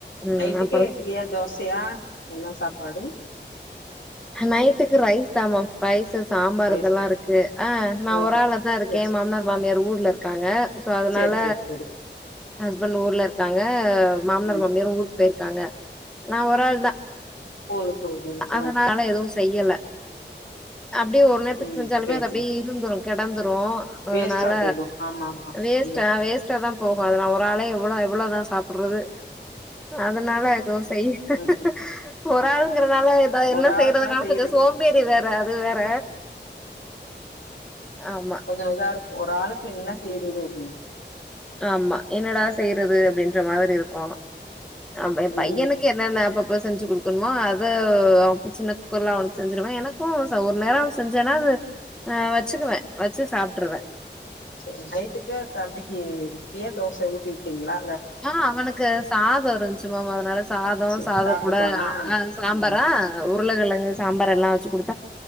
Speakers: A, in the centre; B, on the left.
A: ம்
B: நைட்டுக்கு
A: அப்புறம் சொ
B: இட்லியா தோசையா என்ன சாப்பாடு
A: நைட்டுக்கு ரைஸ் தா மேம் ரைஸ் சாம்பார்
B: ரைஸா
A: இதெல்லா இருக்கு ஆ நா
B: ம்
A: ஒரு ஆள்ளா தா இருக்கே
B: சேர்
A: மாமனார் மாமியார் ஊர்ல இருக்காங்க சோ அதனால
B: சேர் சேர் சேரி
A: ஹஸ்பண்ட் ஊர்ல இருக்காங்க மாமனார்
B: ம்
A: மாமியார் ஊருக்கு போயிருக்காங்க நா ஒரு ஆள் தா
B: போது போதும்
A: அதனால
B: அ
A: எதுவு செய்யல அப்டியே ஒரு நேரத்துக்கு
B: ம்
A: செஞ்சாலுமே
B: சேர்
A: அது அப்படியே
B: சேர்
A: இருந்துரு கெடந்துரு ரு
B: வேஸ்ட்டா
A: அதனால
B: போயிரு ஆமா ஆமா
A: வேஸ்ட்ட
B: ம்
A: வேஸ்ட்டா தா போகு அத நா ஒரு ஆளே இவ்ளோ இவ்வளோதா சாப்புட்றது அதனால எதுவு செய்யல்ல
B: ம்
A: ஒராளுங்கிறது னால எதா என்ன
B: ஒரு
A: செய்றதுனாலு
B: ஆளுக்குனா செய்யறக்கு
A: கொஞ்ச சோம்பேறி வேற அது வேற ஆமா
B: கொஞ்ச இதா இருக்கு ஒராளுக்கு என்ன செய்றது அப்டின்னு
A: ஆமா என்னடா செய்றது அப்டின்ற மாதிரி இருக்கு ஆமா எ
B: ம்
A: பையனுக்கு என்னென்ன அப்பப்ப செஞ்சு குடுக்கணுமோ அத சின்ன குக்கர்ல அவனுக்கு செஞ்சுருவே எனக் க்கு ச ஒரு நேர செஞ்சேன்னா அது அ வச்சுக்குவே வச்சு சாப்ட்ருவே
B: செரி நைட்டுக்கு தம்பிக்கு இட்லியா தோச ஊட்டி விட்டீங்ளா
A: ஆ அவனுக்கு சாத இருந்துச்சு மேம் அதனால சாதோ
B: சேரி
A: சாதக்
B: சாப்ட்டுக்குவானா
A: கூட ஆ சாம்பாரா
B: ம்
A: அ உருளக்கெழங்கு சாம்பாரெல்லா வச்சு குடுத்தா